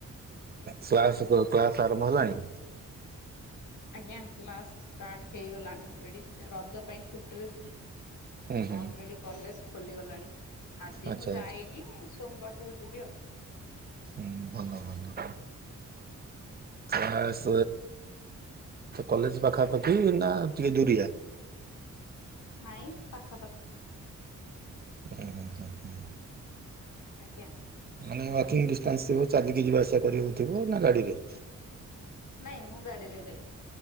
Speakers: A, on the right (about 30°); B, on the left (about 80°).
A: କ୍ଲାସ୍ କ୍ଲାସ ଆରମ୍ଭ ହେଲାଣି?
B: ଆଜ୍ଞା କ୍ଲାସ୍ ଷ୍ଟାର୍ଟ ହେଇଗଲାଣି ଅଲରେଡ଼ି ରଜ ପାଇଁ ଛୁଟିରେ
A: ହୁଁ ହୁଁ
B: ଅଲରେଡି କଲେଜ ଖୋଲିଗଲାଣି ଆଜି
A: ଆଚ୍ଛା
B: ମୁଁ ଯାଇନି
A: ଆଚ୍ଛା
B: ସୋମବାର ଠାରୁ ଯିବି ଆଉ।
A: ହୁଁ ଭଲ ଭଲ। କ୍ଲାସ୍ କଲେଜ ପାଖାପାଖି ନା ଟିକେ ଦୁରିଆ?
B: ନାଇଁ ପାଖାପାଖି।
A: ହଁ ହଁ।
B: ଆଜ୍ଞା।
A: ମାନେ ୱାକିଂ ଡିଷ୍ଟାନ୍ସ ଥିବ ଚାଲିକି ଯିବା ଆସିବା କରିବାକୁ ଥିବ ନା ଗାଡିରେ?
B: ନାଇଁ ମୁଁ ଗାଡିରେ ଯାଏ।